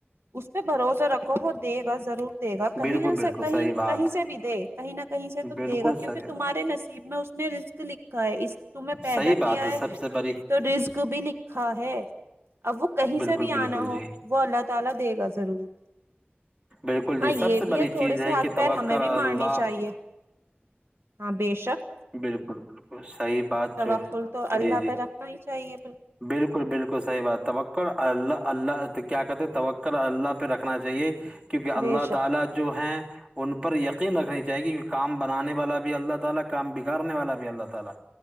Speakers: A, on the right; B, on the right.
A: اس پہ بھروسہ رکھو وہ دے گا ضرور دے گا کہیں
B: بالکل
A: نہ
B: بالکل
A: کہیں
B: صحیح بات
A: کہیں سے بھی دے کہیں نہ کہیں
B: ہے
A: سے تو
B: بالکل
A: دے گا کیونکہ
B: صحیح
A: تمہارے
B: بات
A: نصیب میں اس نے رسک لکھا ہے اس تو میں پیدا
B: صحیح بات
A: کیا ہے
B: سب سے بڑی
A: تو رزک بھی لکھا ہے اب وہ کہیں
B: بالکل
A: سے بھی آنا
B: بالکل
A: ہو
B: جی
A: وہ اللہ تعالی دے گا ضرور
B: بالکل
A: ہاں
B: جی
A: یہ
B: سب سے
A: بھی
B: بڑی
A: ہے تھوڑے
B: چیز
A: سے ہاتھ
B: کہ
A: پیر
B: توقع
A: ہمیں بھی
B: اللہ
A: مارنی چاہیے ہاں بے شک
B: بالکل بالکل صحیح بات
A: توقل
B: جو ہے
A: تو اللہ
B: جی جی
A: پہ رکھنا ہی چاہیے
B: بالکل بالکل بالکل صحیح بات توکر اللہ اللہ کیا کہتے تکر اللہ پہ رکھنا چاہیے کیونکہ اللہ
A: بے شک
B: تعالی جو ہیں ان پر یقین رکھنی چاہی گی کام بنانے والا بھی اللہ تعالی کام بگاڑنے والا بھی اللہ تعالی